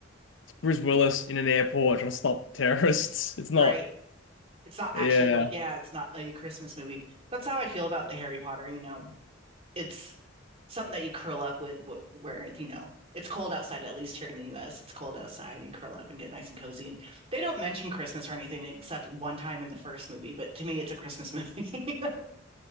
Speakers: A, on the left; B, on the right.
A: it's Bruce Willis in an airport trying to stop terrorists. <laughs> It's
B: right.
A: not.
B: It's not actually
A: Yeah.
B: like, yeah, it's not a Christmas movie. That's how I feel about the Harry Potter, you know. it's something that you curl up with where you know it's cold outside at least here in the US it's cold outside and you curl up and get nice and cozy and they don't mention Christmas or anything except one time in the first movie but to me it's a Christmas movie <laughs>